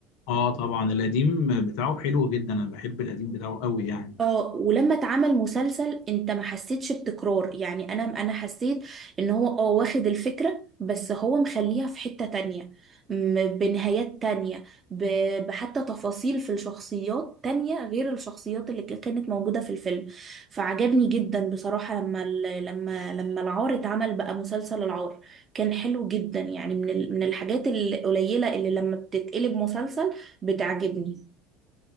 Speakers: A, on the left; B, on the right.
A: اه طبعا القديم بتاعه حلو جدا انا بحب القديم بتاعه قوي يعني
B: اه ولما اتعمل مسلسل انت ما حسيتش بتكرار يعني انا انا حسيت ان هو اه واخد الفكرة بس هو مخليها في حتة تانية م- بنهايات تانية ب- بحتى تفاصيل في الشخصيات تانية غير الشخصيات اللي ك- كانت موجودة في الفيلم فعجبني جدا بصراحة لما ال- لما لما العار اتعمل بقى مسلسل العار كان حلو جدا يعني من ال- من الحاجات القليلة اللي لما بتتقلب مسلسل بتعجبني